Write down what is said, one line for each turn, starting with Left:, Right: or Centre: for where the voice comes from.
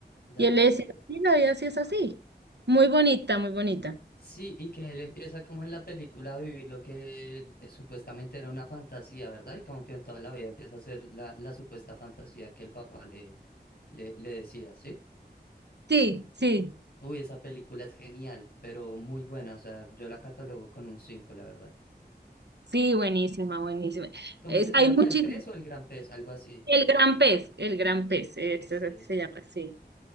Left: ya.
Right: Y él le decía, sí, la vida sí es así. Muy bonita, muy bonita.
Left: Sí, y que él empieza como en la película a vivir lo que él, eh, supuestamente era una fantasía, ¿verdad? Y como que toda la vida empieza a ser la, la supuesta fantasía que el papá le, le, le decía, ¿sí?
Right: Sí, sí,
Left: Uy, esa película es genial, pero muy buena. O sea, yo la catalogo con un 5, la verdad.
Right: sí, buenísima, buenísima.
Left: ¿Cómo
Right: Es,
Left: es que se
Right: hay
Left: llama?
Right: muchísimo.
Left: ¿El pez o el gran pez? Algo así.
Right: El gran pez, el gran pez, eso
Left: Sí,
Right: es lo que se llama, sí.